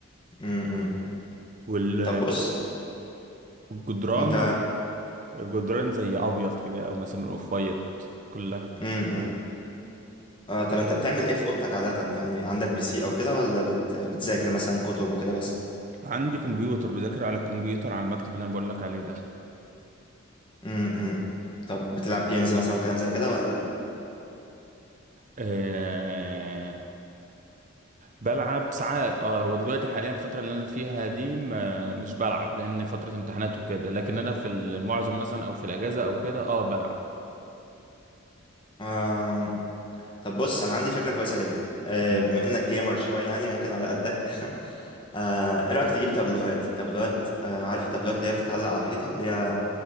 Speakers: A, on the left (about 25°); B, on the right (about 40°).
A: امم
B: وال
A: طب بص
B: والجدران
A: أنت
B: الجدران زي أبيض كده أو مثلا أوف وايت كلها
A: امم آه طب انت بتعمل ايه في اوضتك عادة يعني عندك بي سي او كده ولا بت... بتذاكر مثلا كتب وكده بس
B: عندي كمبيوتر بذاكر على الكمبيوتر على المكتب اللي أنا بقول لك عليه ده
A: امم طب بتلعب جيمز مثلا وكلام زي كده ولا
B: آه، بلعب ساعات اه هو دلوقتي حاليا الفترة اللي انا فيها دي ما مش بلعب لان فترة امتحانات وكده لكن انا في المعظم مثلا او في الاجازة او كده اه بلعب
A: آه... طب بص انا عندي فكرة كويسة جدا آه
B: مم.
A: بما انك جيمر شوية يعني ممكن على قدك <laughs> آه ايه رأيك تجيب تابلوهات تابلوهات آه عارف التابلوهات اللي هي بتتعلق على الحيطة اللي هي